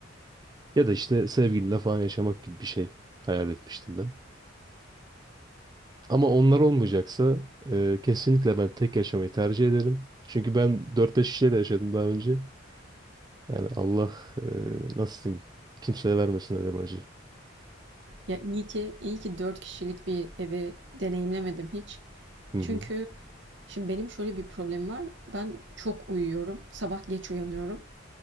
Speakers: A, on the right (about 20°); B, on the right (about 65°).
A: Ya da işte sevgilinle falan yaşamak gibi bir şey hayal etmiştim ben. Ama onlar olmayacaksa e, kesinlikle ben tek yaşamayı tercih ederim. Çünkü ben dört beş kişiyle de yaşadım daha önce. Yani Allah e, nasıl diyeyim kimseye vermesin öyle bir acı.
B: Ya iyi ki iyi ki 4 kişilik bir evi deneyimlemedim hiç.
A: Hı hı.
B: Çünkü şimdi benim şöyle bir problemim var. Ben çok uyuyorum. Sabah geç uyanıyorum.